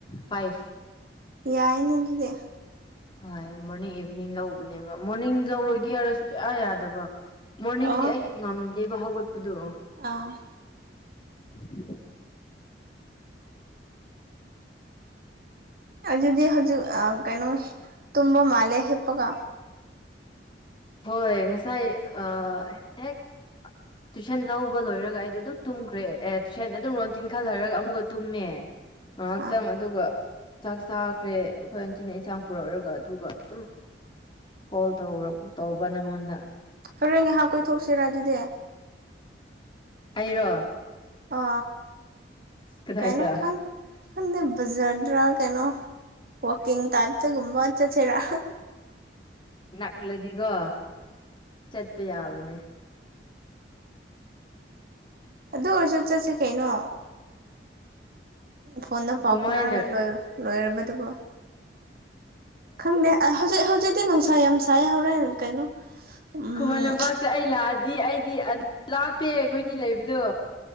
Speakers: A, on the left; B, on the right.
A: ꯐꯥꯏꯚ
B: ꯌꯥꯏꯅꯦ ꯑꯗꯨꯗꯤ
A: ꯍꯣꯏ ꯃꯣꯔꯅꯤꯡ ꯏꯚꯤꯅꯤꯡ ꯂꯧꯕꯅꯦꯕ ꯃꯣꯔꯅꯤꯡ ꯂꯧꯔꯣꯏꯒꯦ ꯍꯥꯏꯔ ꯁꯨꯡꯌꯥ ꯌꯥꯗꯕ ꯃꯣꯔꯅꯤꯡꯗꯤ
B: ꯑꯣ
A: ꯑꯩ ꯍꯦꯛ ꯉꯝꯗꯦꯕ ꯍꯧꯒꯠꯄꯗꯣ
B: ꯑꯥ
A: <unintelligible>
B: ꯑꯗꯨꯗꯤ ꯍꯧꯖꯤꯛ ꯑꯥ ꯀꯩꯅꯣ ꯇꯨꯝꯕ ꯃꯥꯜꯂꯦ ꯍꯤꯞꯄꯒꯥ
A: ꯍꯣꯏ ꯉꯁꯥꯏ ꯑ ꯍꯦꯛ ꯇꯨꯏꯁꯟ ꯂꯧꯕ ꯂꯣꯏꯔꯒ ꯑꯩꯗꯣ ꯑꯗꯨꯝ ꯇꯨꯝꯈ꯭ꯔꯦ ꯑꯦ ꯇꯨꯏꯁꯟ ꯑꯗꯨꯝ ꯔꯣꯟꯇꯤꯟ ꯈꯜꯂꯔꯒ ꯑꯃꯨꯛꯀ ꯇꯨꯝꯃꯦ ꯉꯥꯏꯍꯥꯛꯇꯪ
B: ꯑꯥ
A: ꯑꯗꯨꯒ ꯆꯥꯛ ꯆꯥꯈ꯭ꯔꯦ ꯑꯩꯈꯣꯏ ꯑꯟꯇꯤꯅ ꯏꯟꯁꯥꯡ ꯄꯨꯔꯛꯑꯥꯒ ꯑꯗꯨꯒ ꯑꯗꯨꯝ ꯀꯣꯜ ꯇꯧ ꯇꯧꯕ ꯅꯪꯉꯣꯟꯗ
B: ꯍꯣꯔꯦꯟ ꯉꯥꯏꯍꯥꯛ ꯀꯣꯏꯊꯣꯛꯁꯤꯔꯥ ꯑꯗꯨꯗꯤ
A: ꯑꯩꯔꯣ
B: ꯑ
A: ꯀꯗꯥꯏꯗ
B: ꯀꯩꯅꯣ ꯈꯪ ꯈꯪꯗ ꯕꯥꯖꯔꯗꯔꯥ ꯀꯩꯅꯣ ꯋꯥꯀꯤꯡ ꯇꯥꯏꯄ ꯇꯥ ꯒꯨꯝꯕ ꯆꯠꯁꯦꯔꯥ
A: ꯅꯛꯂꯗꯤꯀꯣ ꯆꯠꯄ ꯌꯥꯕꯅꯦ
B: ꯑꯗꯨ ꯑꯣꯏꯔꯁꯨ ꯆꯠꯁꯤ ꯀꯩꯅꯣ ꯐꯣꯟꯗ ꯄꯥꯎ
A: ꯀꯃꯥꯏꯅ
B: ꯐꯥꯑꯣꯅꯥꯔ ꯂꯣꯏ ꯂꯣꯏꯔꯕꯗꯨꯕꯨ ꯈꯪꯗꯦ ꯍꯧꯖꯤꯛ ꯍꯧꯖꯤꯛꯇꯤ ꯅꯨꯡꯁꯥ ꯌꯥꯝ ꯁꯥꯏ ꯍꯧꯔꯦꯟ ꯀꯩꯅꯣ ꯎꯝ
A: ꯈꯨꯃꯟ ꯂꯝꯄꯥꯛꯇ ꯑꯩ ꯂꯥꯛꯑꯗꯤ ꯑꯩꯗꯤ ꯂꯥꯞꯄꯦ ꯑꯩꯈꯣꯏꯅꯤ ꯂꯩꯕꯗꯣ